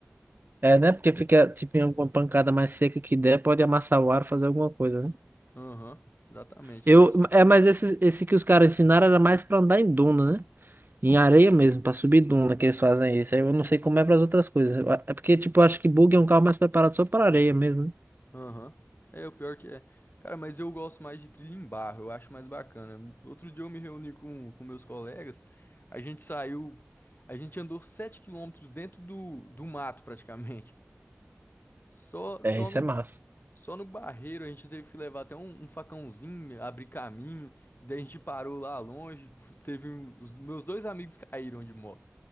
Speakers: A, on the right (about 50°); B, on the left (about 50°).
A: É, né? Porque fica, tipo, em alguma pancada mais seca que der, pode amassar o ar, fazer alguma coisa, né?
B: Aham, exatamente.
A: Eu,
B: Só
A: é, mas esse, esse que os caras ensinaram era mais pra andar em duna, né? Em areia mesmo, pra subir duna que eles fazem isso. Aí eu não sei como é pras outras coisas. Eu a- É porque, tipo, eu acho que bug é um carro mais preparado só pra areia mesmo, né?
B: Aham. É, o pior que é. Cara, mas eu gosto mais de trilha em barro, eu acho mais bacana. Outro dia eu me reuni com, com meus colegas, a gente saiu, a gente andou 7 quilômetros dentro do, do mato praticamente. Só, só
A: É, isso
B: no,
A: é massa.
B: só no barreiro a gente teve que levar até um, um facãozinho, abrir caminho. Daí a gente parou lá longe, <laughs> teve um- os meus dois amigos caíram de moto.